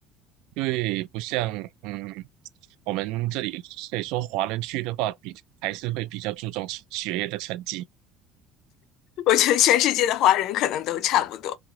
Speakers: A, on the right; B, on the left.
A: 因为不像嗯我们这里可以说华人区的话比还是会比较注重成学业的成绩，
B: 我觉得全世界的华人可能都差不多。